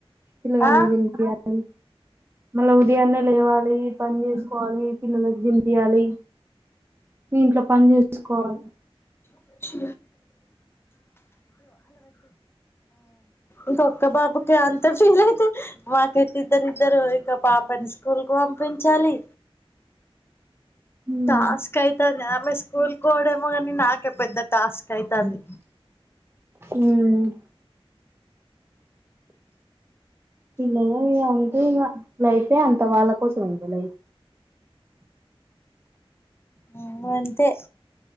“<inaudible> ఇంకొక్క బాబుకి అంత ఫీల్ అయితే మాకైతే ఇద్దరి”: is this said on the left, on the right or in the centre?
Left